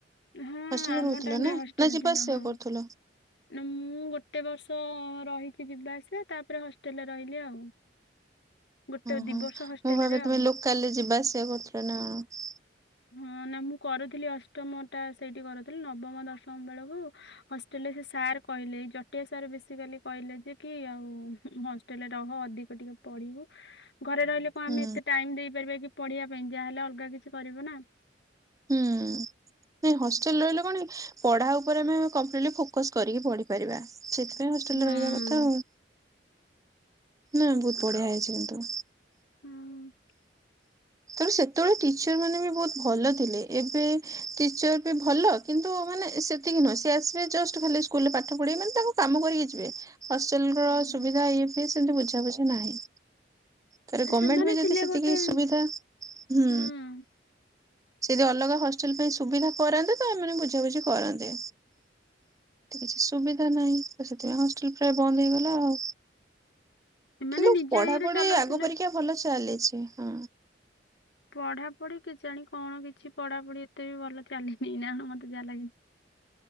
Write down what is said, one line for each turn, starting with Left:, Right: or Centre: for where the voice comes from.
Left: ହଁ
Right: ହଷ୍ଟେଲରେ
Left: ଆମ
Right: ରହୁଥିଲ
Left: ଟାଇମ୍
Right: ନା
Left: ରେ ହଷ୍ଟେଲ
Right: ନା ଯିବା
Left: ଥିଲା
Right: ଆସିବା
Left: ହଁ
Right: କରୁଥିଲ
Left: ନାଁ ମୁଁ ଗୋଟେ ବର୍ଷ ରହିକି ଯିବା ଆସିବା ତାପରେ ହଷ୍ଟେଲରେ ରହିଲି ଆଉ ଗୋଟେ
Right: ଓହୋ
Left: ଦି
Right: ମୁଁ
Left: ବର୍ଷ ହଷ୍ଟେଲରେ
Right: ଭାବେ ତମେ
Left: ଆଉ।
Right: ଲୋକାଲ୍ ରେ ଯିବା ଆସିବା କରୁଥିଲ ନା କଣ
Left: ହଁ ନା ମୁଁ କରୁଥିଲି ଅଷ୍ଟମ ଟା ସେଇଠି କରୁଥିଲି ନବମ ଦଶମ ବେଳକୁ ହଷ୍ଟେଲରେ ସେ ସାର୍ କହିଲେ ଜଟିଆ ସାର୍ ବେସିକାଲି କହିଲେ ଯେ କି ଆଉ ହସ୍ ଟେଲ୍ ରେ ରହ ଅଧିକ ଟିକେ ପଢିବୁ। ଘରେ ରହିଲେ କ
Right: ହୁଁ
Left: ଆମେ ଏତେ ଟାଇମ୍ ଦେଇପାରିବା କି ପଢିବା ପାଇଁ ଯାଆହେଲେ ଅଲଗା କିଛି କରିବ ନା
Right: ହୁଁ ନାଇଁ ହଷ୍ଟେଲ ରହିଲେ କଣ କି ପଢା ଉପରେ ଆମେ କମ୍ପିଲ୍ଟ ଫୋକସ୍ କରିକି ପଢିପାରିବା ସେଇଥିପାଇଁ ହଷ୍ଟେଲରେ
Left: ହୁଁ।
Right: ରହିବା। ତ ନା ବହୁତ
Left: ଆଉ-
Right: ବଢିଆ ହେଇଛି କିନ୍ତୁ।
Left: ହୁଁ
Right: ତେଣୁ ସେତେବେଳେ ଟିଚର୍ ମାନେ ବି ବହୁତ ଭଲ ଥିଲେ। ଏବେ ଟିଚର୍ ବି ଭଲ କିନ୍ତୁ ମାନେ ସେତିକି ନୁହଁ ସେ ଆସିବେ ଜଷ୍ଟ ଖାଲି ସ୍କୁଲରେ ପାଠ ପଡେଇ ମାନେ ତାଙ୍କ କାମ କରିକି ଯିବେ। ହଷ୍ଟେଲ
Left: ହୁଁ।
Right: ର ସୁବିଧା ଇଏ ବି ସେମିତି ବୁଝାବୁଝି ନାହିଁ। ତାରେ ଗମେଣ୍ଟ
Left: ସେମାନେ
Right: ବି ଯଦି
Left: ଥିଲେ
Right: ସେତିକି
Left: ଗୋଟେ
Right: ସୁବିଧା ହୁଁ
Left: ହୁଁ
Right: ସେ ଯଦି ଅଲଗା ହଷ୍ଟେଲ ପାଇଁ ସୁବିଧା କରାନ୍ତେ ତ ଏମାନେ ବୁଝାବୁଝି କରନ୍ତେ। କିଛି ସୁବିଧା ନାହିଁ ତ ସେଥିପାଇଁ ହଷ୍ଟେଲ ପ୍ରାୟ ବନ୍ଦ ହେଇଗଲା ଆଉ
Left: ଏମାନେ
Right: କିନ୍ତୁ
Left: ନିଜ
Right: ପଢାପଢି
Left: ଇଏରେ ଚଲଉଥିଲେ।
Right: ଆଗ ପରିକା ଭଲ ଚାଲିଛି ହଁ
Left: ପଢାପଢି କେଜାଣି କଣ କିଛି ପଢାପଢି ଏତେ ବି ଭଲ ଚାଲିନି ନା ମତେ ଯାହା ଲାଗୁଚି